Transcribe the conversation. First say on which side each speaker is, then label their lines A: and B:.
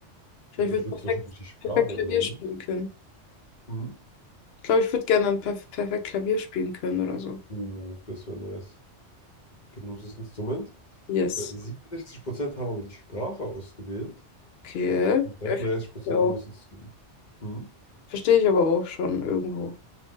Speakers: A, on the left; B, on the left.
A: Vielleicht
B: Ja, ich
A: würde ich
B: würde
A: würd perfekt,
B: wahrscheinlich die Sprache
A: perfekt Klavier
B: nehmen.
A: spielen können.
B: Hm?
A: Ich glaube, ich würde gerne dann perf perfekt Klavier spielen können oder so.
B: Oh, das wäre nice. Okay, du nimmst das Instrument.
A: Yes.
B: Äh, siebenundsechzig Prozent haben aber die Sprache ausgewählt
A: Okay.
B: und 33%
A: Ja, verstehe ich auch.
B: nur das Instrument. Hm?
A: Verstehe ich aber auch schon irgendwo.